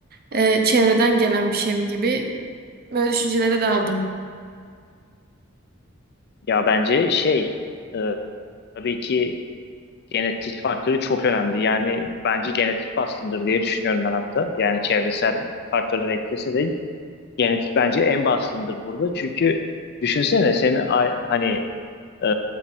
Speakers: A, on the right (about 45°); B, on the left (about 50°).
A: e, çevreden gelen bir şey mi gibi böyle düşüncelere daldım.
B: Ya bence şey e, tabii ki genetik faktörü çok önemli. Yani bence genetik baskındır diye düşünüyorum ben hatta. Yani çevresel faktörler eklese de Genetik bence en baskındır burada. Çünkü düşünsene senin a- hani e,